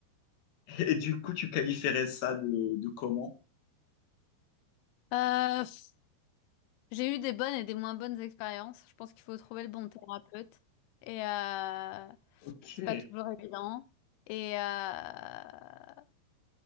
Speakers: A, on the left; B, on the left.
A: et du coup, tu qualifierais ça de, de comment?
B: Euh, pff, j'ai eu des bonnes et des moins bonnes expériences. Je pense qu'il faut trouver le bon thérapeute. Et euh,
A: Ok,
B: c'est pas toujours évident. Et euh,